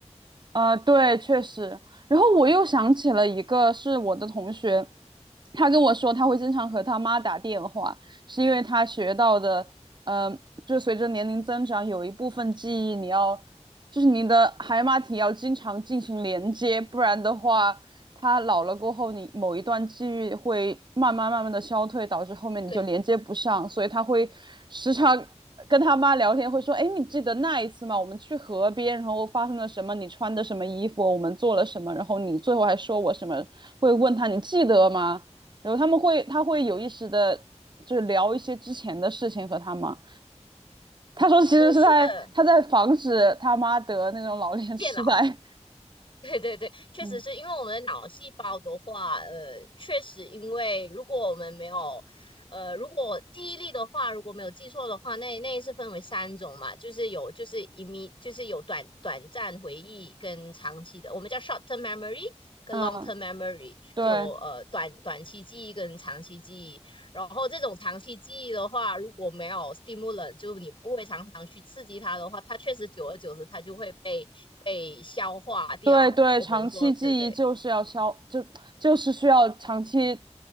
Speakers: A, on the right; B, on the left.
A: 啊、对，确实。然后我又想起了一个，是我的同学，他跟我说他会经常和他妈打电话，是因为他学到的，呃，就随着年龄增长，有一部分记忆你要，就是你的海马体要经常进行连接，不然的话，他老了过后，你某一段记忆会慢慢慢慢的消退，导致后面你就连接不上，
B: 对，
A: 所以他会时常跟他妈聊天，会说：“哎，你记得那一次吗？我们去河边，然后发生了什么？你穿的什么衣服？我们做了什么？然后你最后还说我什么？会问他你记得吗？然后他们会，他会有意识的，就是聊一些之前的事情和他妈。他说其实是在他在防止他妈得那种老年痴呆。
B: 呃是的，变老。<laughs> 对对对，确实是因为我们的脑细胞的话，
A: 嗯，
B: 呃，确实因为如果我们没有，呃，如果记忆力的话，如果没有记错的话，那那是分为三种嘛，就是有就是一米，就是有短短暂回忆跟长期的，我们叫 short term memory 跟
A: 嗯，
B: long term memory，
A: 对，
B: 就呃短短期记忆跟长期记忆。然后这种长期记忆的话，如果没有 stimulant，就你不会常常去刺激它的话，它确实久而久之它就会被。被消化掉。
A: 对对，
B: 我们说，
A: 长期记忆就是要消，
B: 对对
A: 就就是需要长期